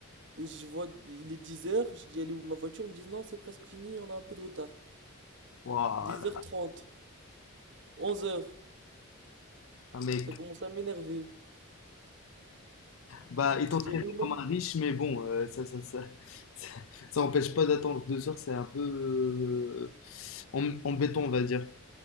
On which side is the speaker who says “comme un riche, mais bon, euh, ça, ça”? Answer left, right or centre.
Left